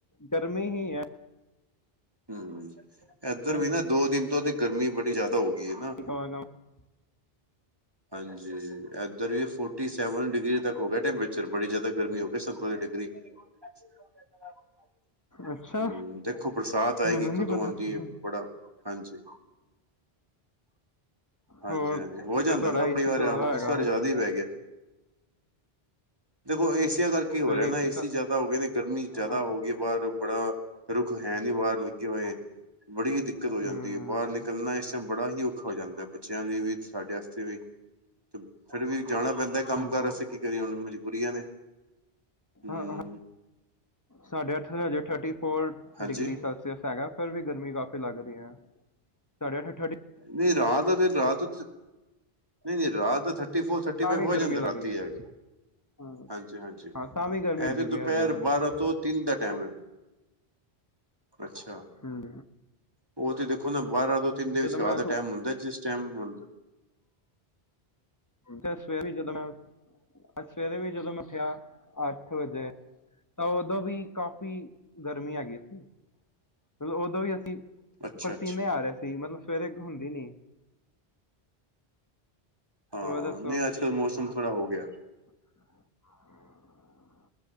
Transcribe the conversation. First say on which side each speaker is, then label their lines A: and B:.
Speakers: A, on the left; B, on the right.
A: ਗਰਮੀ ਹੀ ਹੈ
B: ਹਮ ਇੱਧਰ
A: ਕੀ
B: ਵੀ ਨਾ ਦੋ ਦਿਨ ਤੋਂ ਤੇ ਗਰਮੀ ਬੜੀ ਜ਼ਿਆਦਾ ਹੋ ਗਈ ਹੈ ਨਾ
A: <unintelligible>
B: ਹਾਂਜੀ, ਏਧਰ ਵੀ ਫੋਰਟੀ ਸੈਵਨ ਡਿਗਰੀ ਤੱਕ ਹੋ ਗਿਆ ਟੈਂਪਰੇਚਰ ਬੜੀ ਜ਼ਿਆਦਾ ਗਰਮੀ ਹੋ ਗਈ ਸੰਤਾਲੀ ਡਿਗਰੀ। ਅ <unintelligible>
A: ਅੱਛਾ
B: ਹਮ, ਦੇਖੋ ਬਰਸਾਤ ਆਏਗੀ
A: ਮੈਨੂੰ
B: ਕਦੋਂ
A: ਨੀ ਪਤਾ
B: ਆਉਂਦੀ
A: ਹਮ
B: ਹੈ, ਬੜਾ ਹਾਂਜੀ। ਹਾਂਜੀ-ਹਾਂਜੀ
A: ਹੋਰ
B: ਹੋ ਜਾਂਦਾ
A: ਫਿਰ ਤੁਹਾਡਾ
B: ਨਾ
A: ਏਸੀ
B: ਕਈ ਵਾਰ
A: ਚੱਲਦਾ ਹੋਏਗਾ
B: ਇਸ ਵਾਰ ਜ਼ਿਆਦਾ
A: ਹਜੇ
B: ਹੀ ਪੈ ਗਿਆ। ਦੇਖੋ ਏਸੀਆਂ ਕਰਕੇ ਹੋ
A: ਫਿਰ
B: ਰਿਹਾ ਨਾ ਏਸੀ
A: ਚ
B: ਜ਼ਿਆਦਾ ਹੋ ਗਏ ਨੇ ਗਰਮੀ ਜ਼ਿਆਦਾ
A: ਹਾਂਜੀ
B: ਹੋ ਗਈ ਬਾਹਰ ਬੜਾ ਰੁੱਖ ਹੈ ਨੀ ਬਾਹਰ ਲੱਗੇ ਹੋਏ, ਬੜੀ ਹੀ ਦਿੱਕਤ
A: ਹਮ
B: ਹੋ ਜਾਂਦੀ ਹੈ। ਬਾਹਰ ਨਿਕਲਣਾ ਇਸ ਟਾਈਮ ਬੜਾ ਹੀ ਔਖਾ ਹੋ ਜਾਂਦਾ, ਬੱਚਿਆਂ ਲਈ ਵੀ ਸਾਡੇ ਵਾਸਤੇ ਵੀ ਤੇ ਫਿਰ ਵੀ ਜਾਣਾ ਪੈਂਦਾ ਕੰਮ-ਕਾਰ
A: ਹਾਂਜੀ
B: ਵਾਸਤੇ ਕੀ ਕਰੀਏ ਹੁਣ? ਮਜਬੂਰੀਆਂ ਨੇ ਹਮ
A: ਹਾਂ-ਹਾਂ, ਸਾਡੇ ਇੱਥੇ ਹਜੇ ਥਰਟੀ ਫੋਰ
B: ਹਾਂਜੀ
A: ਡਿਗਰੀ ਸੈ ਸੈਲਸੀਅਸ ਹੈਗਾ ਫਿਰ ਵੀ ਗਰਮੀ ਕਾਫੀ ਲੱਗਦੀ ਹੈ, ਸਾਡੇ ਇਥੇ ਥਰਠੀ
B: ਨਹੀਂ ਰਾਤ? ਰਾਤ ਨਹੀਂ, ਨਹੀਂ ਰਾਤ ਥਰਟੀ ਫੋਰ ਥਰਟੀ
A: ਤਾਂ
B: ਫਾਈਵ
A: ਵੀ
B: ਹੋ
A: ਗਰਮੀ
B: ਜਾਂਦਾ
A: ਲੱਗ
B: ਰਾਤੀ
A: ਰਹੀ ਹੈ
B: ਆ ਕੇ
A: ਹਾਂ
B: ਹਾਂਜੀ-ਹਾਂਜੀ,
A: ਹਾਂ ਤਾਂ ਵੀ ਗਰਮੀ
B: ਇਹ
A: ਲੱਗਦੀ
B: ਤੇ ਦੁਪਹਿਰ
A: ਪਈ ਹਜੇ ਮੈਨੂੰ
B: ਬਾਰਾਂ ਤੋਂ ਤਿੰਨ ਦਾ ਟਾਈਮ
A: ਹੂੰ
B: ਹੈ। ਅੱਛਾ
A: ਹਮ
B: ਉਹ ਤੇ ਦੇਖੋ ਨਾ ਬਾਰਾਂ ਦੋ ਤਿੰਨ ਦੇ ਵਿਚਕਾਰ
A: ਮੈਂ
B: ਦਾ ਟਾਈਮ ਹੁੰਦਾ, ਜਿਸ ਟਾਈਮ ਹ
A: ਤੇ ਸਵੇਰੇ ਵੀ <unintelligible> ਅੱਜ ਸਵੇਰੇ ਵੀ ਜਦੋਂ ਮੈਂ ਉਠਿਆ, ਅੱਠ ਵਜੇ ਤਾਂ ਉਦੋਂ ਵੀ ਕਾਫੀ ਗਰਮੀ ਹੈਗੀ ਸੀ। ਮਤਲਬ ਉਦੋਂ ਵੀ ਅਸੀਂ
B: ਅੱਛਾ
A: ਪਰਸੀਨੇ
B: ਅੱਛਾ
A: ਆ ਰਹੇ ਸੀ। ਮਤਲਬ ਸਵੇਰੇ ਹੁੰਦੀ ਨੀ
B: ਹਾਂ,
A: ਹੋਰ ਦੱਸੋ
B: ਨਹੀਂ ਅੱਜ-ਕੱਲ੍ਹ ਮੌਸਮ ਥੋੜ੍ਹਾ ਹੋ ਗਿਆ
A: <unintelligible>